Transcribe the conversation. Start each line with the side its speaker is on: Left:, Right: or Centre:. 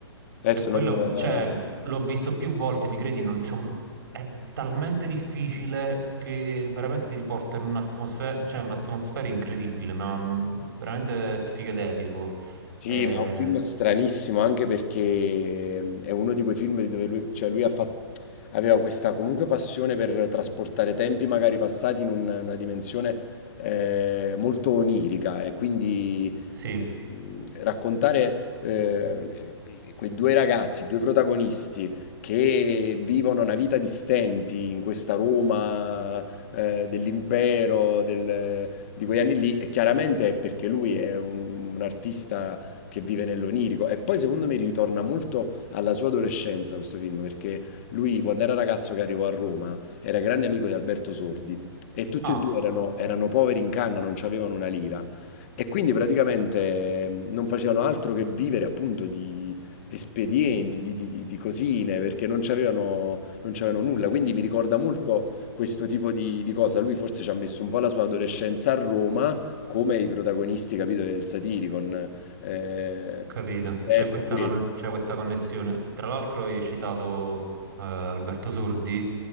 Left: Adesso
Right: E quello,
Left: non...
Right: cioè,
Left: eh,
Right: l'ho visto più volte, mi credi, non c'ho... è talmente difficile che veramente ti riporta in un'atmosfera, cioè un'atmosfera incredibile, ma mm, veramente psichedelico.
Left: Sì,
Right: Eh,
Left: ma è un film stranissimo anche perché mm, è uno di quei film dove lui, cioè lui ha fatto, aveva questa comunque passione per trasportare tempi magari passati in un- una dimensione eh, molto onirica e quindi
Right: sì.
Left: eh, mm, raccontare eh, quei due ragazzi, due protagonisti che vivono una vita di stenti in questa Roma eh, dell'impero, del- di quegli anni lì, e chiaramente è perché lui è un un artista che vive nell'onirico. E poi secondo me ritorna molto alla sua adolescenza questo film, perché lui quando era ragazzo che arrivò a Roma era grande amico di Alberto Sordi e tutti
Right: Ah.
Left: e due erano, erano poveri in canna, non avevano una lira. E quindi praticamente eh, non facevano altro che vivere appunto di espedienti, di, di- di- di cosine, perché non c'avevano, non c'avevano nulla. Quindi mi ricorda molto questo tipo di, di cosa. Lui forse ci ha messo un po' la sua adolescenza a Roma, come i protagonisti, capito, del Satiricon. Ehm,
Right: Capito,
Left: vesti
Right: c'è questa,
Left: questi.
Right: analog- c'è questa connessione. Tra l'altro hai citato eh, Alberto Sordi,